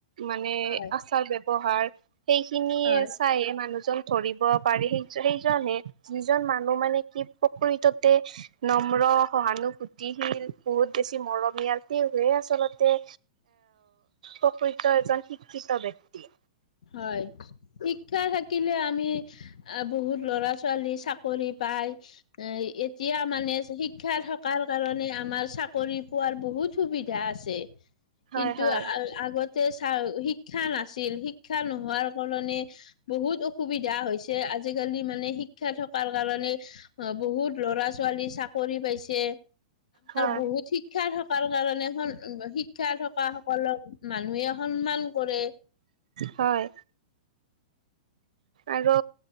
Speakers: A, on the right; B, on the left.
A: মানে
B: হয়,
A: আচাৰ ব্যৱহাৰ সেইখিনিয়ে
B: হয়,
A: চাই মানুহজন ধৰিব পাৰি। সেইজন <unintelligible> যিজন মানুহ মানে কি প্ৰকৃততে নম্ৰ সহানুভূতিশীল বহুত বেছি মৰমীয়াল সেইবোৰ আচলতে প্ৰকৃত এজন শিক্ষিত ব্যক্তি।
B: হয়, শিক্ষা থাকিলে আমি আহ বহুত ল'ৰা ছোৱালী চাকৰি পায়- এ এতিয়া মানে শিক্ষা থকাৰ কাৰণে আমাৰ চাকৰি পোৱাৰ বহুত- সুবিধা আছে
A: হয়
B: কিন্তু
A: হয়
B: আগতে চা শিক্ষা নাছিল শি- শিক্ষা নোহোৱাৰ কাৰণি- বহুত অসুবিধা হৈছে আজিকালি মানে শিক্ষা থকাৰ কাৰণে- অঁ বহুত লৰা ছোৱালী চাকৰি পাইছে
A: হয়
B: বহুত শিক- শিক্ষা থকাৰ কাৰণে স শিক্ষা থকা সকলক মানুহে সন্মান কৰে।
A: হয়ঁ। আৰু